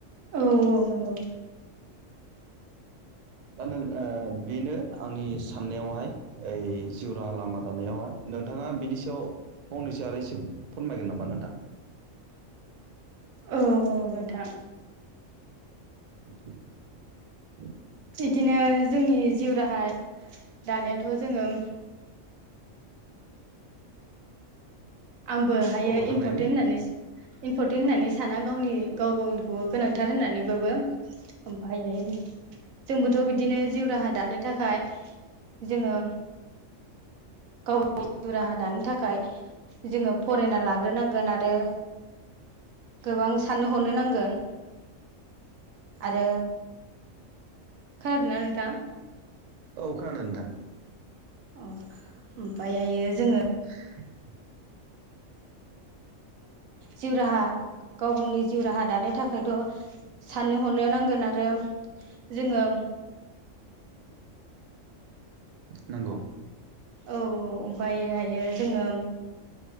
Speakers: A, on the right; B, on the right.
A: औ औ नंगौ।
B: दा नों ओ बेनो आंनि साननायावहाय ओइ जिउ राहा लामा दानायावहाय। नोंथाङा बिनि सायाव फंनैसो आरो इसे फोरमायगोन नामा नोंथां।
A: औ औ नोंथां।
B: <inaudible>
A: बिदिनो जोंनि जिउ राहा दानायाथ' जोङो आंबो हायो
B: औ
A: इम्परटेन्ट
B: थारैनो
A: होननानै इम्परटेन्ट होननानै साना गावनि गाव गावनिखौ गोनांथार होननानैबाबो। ओमफायो। जोंबोथ' बिदिनो जिउ राहा दानो थाखाय जोङो गाव गावनि राहा दानो थाखाय जोङो फरायना लाग्रोनांगोन आरो गोबां साननो हनो नांगोन आरो खोनादोंना नोंथां?
B: औ खोनादों नोंथां।
A: अ ओमफायहायो जोङो
B: <unintelligible>
A: जिउ राहा गाव गावनि जिउ राहा दानो थाखायथ' साननो हनो नांगोन आरो जोङो
B: नंगौ।
A: औ औ ओमफ्राय हायो जोङो